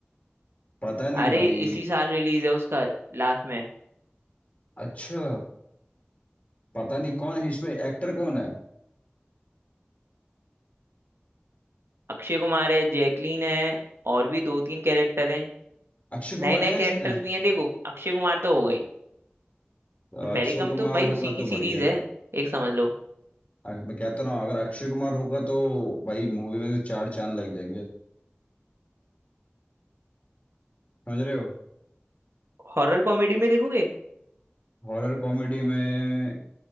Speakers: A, on the left; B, on the right.
A: पता नहीं
B: अरे
A: भाई
B: इसी साल रिलीज है उसका लास्ट में
A: अच्छा पता नहीं कौन है इसमें एक्टर कौन है
B: अक्षय कुमार है जैकलीन है और भी दो तीन कैरेक्टर हैं
A: अक्षय कुमार
B: नए नए
A: है
B: कैरेक्टर्स
A: इसमें
B: भी हैं देखो अक्षय कुमार तो हो गई
A: अक्षय
B: वेलकम
A: कुमार
B: तो भाई
A: होगा
B: उसी की
A: तो
B: सीरीज
A: बढ़िया
B: है
A: है
B: एक समझ लो
A: अरे मैं कहता रहा हूँ अगर अक्षय कुमार होगा तो भाई मूवी में तो चार चांद लग जाएंगे समझ रहे हो
B: हॉरर कॉमेडी में देखोगे
A: हॉरर कॉमेडी में